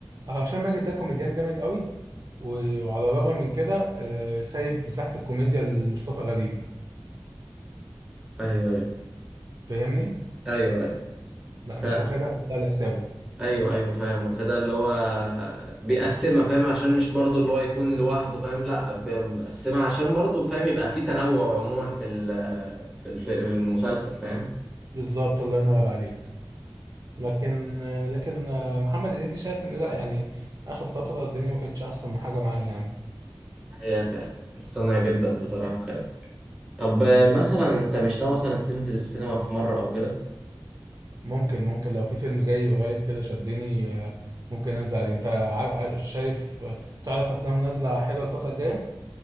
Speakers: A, on the right; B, in the centre.
A: اه هشام ماجد ده كوميديان جامد قوي و- وعلى الرغم من كده آه، سايب مساحة الكوميديا لمصطفى غريب
B: ايوه ايوه
A: فاهمني
B: ايوه ايوه
A: لا مش
B: فعلا
A: واخدها كلها لحسابه
B: ايوه ايوه فاهم واخدها اللي هو بيقسمها فاهم عشان مش برضه اللي هو يكون لوحده فاهم لا بيقسمها عشان برضه فاهم يبقى في تنوع عموما في ال- في الف- في المسلسل فاهم
A: بالظبط الله ينور عليك لكن آه، لكن آه، محمد هنيدي شايف ان لا يعني اخر فترة الدنيا ما كانتش احسن حاجة معايا يعني
B: هي فعلا مقتنع جدا بصراحة في كده طب آه،
A: يعني
B: مثلا انت مش ناوي مثلا تنزل السينما في مرة او كده
A: ممكن ممكن لو في فيلم جاي قريب كده شدني آه، ممكن انزل عليه انت ع- ع- شايف آه، تعرف افلام نازلة حلوة الفترة الجاية